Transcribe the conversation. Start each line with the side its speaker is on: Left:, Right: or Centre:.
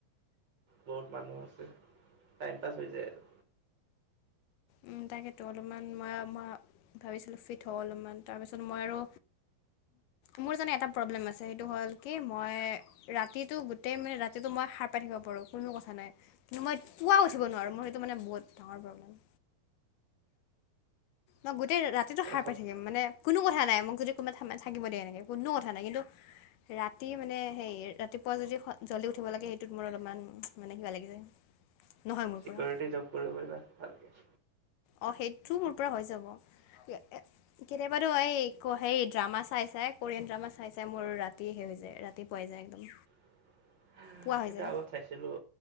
Right: বহুত মানুহ আছ, টাইম পাছ হৈ যায় আৰু।
Left: উ, তাকেতো অলপমান মই ভাবিছিলো ফিট হওঁ অলপমান তাৰপিছত মই আৰু মোৰ জানা এটা প্ৰব্লেম আছে, সেইটো হল কি মই ৰাতিতো গোটেই মানে ৰাতিতো মই সাৰ পাই থাকিব পাৰো কোনো কথা নাই কিন্তু মই পোৱা উঠিব নোৱাৰো মই সেইটো মানে বহুত ডাঙৰ প্ৰব্লেম। মই গোটেই ৰাতিটো
Right: আৰু
Left: সাৰ
Right: চব
Left: পাই থাকিম মানে কোনো কথা নাই মোক যদি কোনোবা থাকিব দিয়ে এনেকে কোনো কথা নাই কিন্তু ৰাতি মানে হে ৰাতিপুৱা যদি জলদি উঠিব লাগে সেইটোত মোৰ অলপমান মানে কিবা লাগি যায়। নহয় মোৰ
Right: চিকিউৰিটি
Left: পৰা
Right: জব কৰিব পাৰিবা ভালকে।
Left: অ, সেইটোও মোৰ পৰা হৈ যাব কেতিয়াবাো এই সেই ড্ৰামা চাই চাই কোৰিয়ান ড্ৰামা চাই চাই মোৰ ৰাতি সে হৈ যায় ৰাতি পুৱাই যায় একদম।
Right: <inaudible>
Left: পুৱা
Right: সেইটো
Left: হৈ যায়
Right: আগত চাইছিলোঁ,